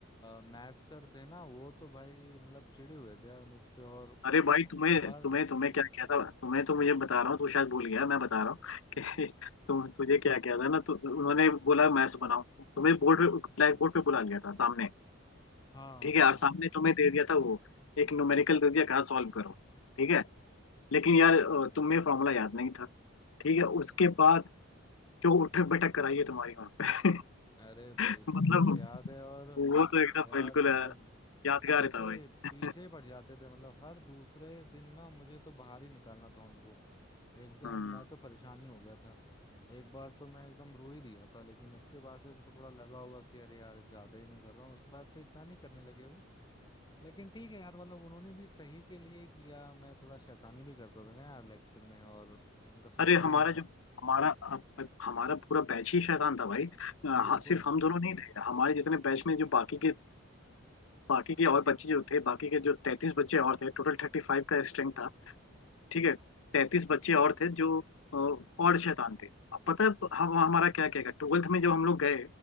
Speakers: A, on the left; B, on the left.
A: मैथ सर थे ना वो तो भाई मतलब चिढ़े हुए थे यार मुझ पे और
B: अरे भाई तुम्हें
A: हर
B: तुम्हें तुम्हें क्या किया था तुम्हें तो मुझे बता रहा हूँ तू शायद भूल गया मैं बता रहा हूँ <laughs> कि तुम तुझे क्या किया था ना तो उन्होंने बोला मैथ्स बनाओ तुम्हें बोर्ड पे ब्लैक बोर्ड पे बुला लिया था सामने
A: हाँ
B: ठीक
A: हाँ
B: है और सामने तुम्हें दे दिया था वो एक न्यूमेरिकल दे दिया कहा सॉल्व करो ठीक है लेकिन यार अ, तुम्हें फॉर्मूला याद नहीं था ठीक है उसके बाद जो उठक बैठक कराई है तुम्हारी वहां पे
A: अरे भाई
B: <laughs>
A: बिल्कुल
B: मतलब
A: याद है और
B: वो तो एकदम
A: यार
B: बिल्कुल
A: मतलब
B: अ, यादगार
A: पीछे
B: था भाई <laughs>
A: पीछे ही पड़ जाते थे मतलब हर दूसरे दिन ना मुझे तो बाहर ही निकालना था उनको एकदम
B: हम्म
A: मैं तो परेशान ही हो गया था एक बार तो मैं एकदम रो ही दिया था लेकिन उसके बाद से उनको थोड़ा लगा होगा कि अरे यार ज्यादा ही मैं कर रहा हूँ उसके बाद से इतना नहीं करने लगे वो लेकिन ठीक है यार मतलब उन्होंने भी सही के लिए ही किया मैं थोड़ा शैतानी भी करता था ना यार लेक्चर में और उनका सुनता
B: अरे
A: भी
B: हमारा
A: नहीं
B: जो
A: था
B: हमारा अब- हमारा पूरा बैच ही शैतान था भाई अ, हाँ,
A: बिल्कुल
B: सिर्फ हम दोनों नहीं थे हमारे जितने बैच में जो बाकी के अ, बाकी के और बच्चे जो थे बाकी के जो तैतीस बच्चे और थे टोटल थर्टी फाइव का स्ट्रेंथ था ठीक है तैतीस बच्चे और थे जो अ, और शैतान थे अब पता है हम हमारा क्या क्या क्या ट्वेल्थ में जब हम लोग गए